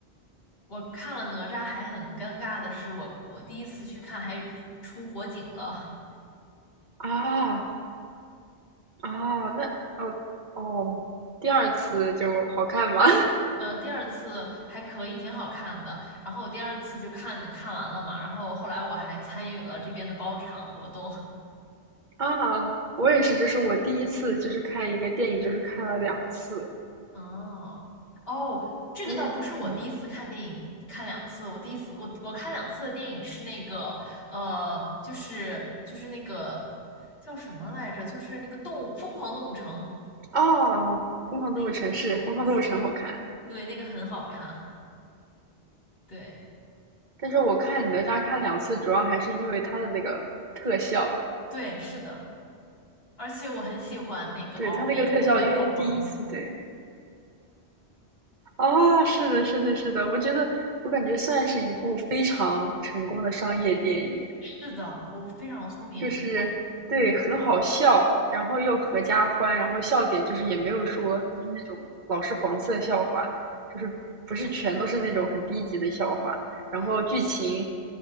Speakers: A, on the left (about 60°); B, on the right (about 45°).
A: 我看了哪吒，还很尴尬的是我，我第一次去看还出火警了，
B: 啊，哦，那哦哦，第二次就好看吗？
A: 呃，第二次还可以，挺好看的。然后我第二次就看看完了嘛，然后后来我还参与了这边的包场活动。
B: <laughs> 啊，我也是，这是我第一次，就是看一个电影，就是看了两次，
A: 哦哦，这个倒不是我第一次看电影，
B: 因为嗯，
A: 看两次。我第一次我我看两次的电影是那个呃，就是就是那个叫什么来着？就是那个动物《疯狂动物城》
B: 哦，《疯狂动物城》是《疯狂动物城》好看，
A: 那个那个我很喜欢，对，那个很好看，对
B: 但是我看哪吒看两次，主要还是因为它的那个特效，
A: 对是的，而且我很喜欢那个敖丙，
B: 对，它那个特效，
A: 我觉得他好萌。
B: 因为第一次对，哦，是的，是的，是的，我觉得我感觉算是一部非常成功的商业电影，
A: 是的，我非常聪明，
B: 就是对，
A: 我嗯
B: 很好笑，然后又合家欢，然后笑点就是也没有说就是那种老是黄色笑话，就是不是全都是那种很低级的笑话，然后剧情
A: 对。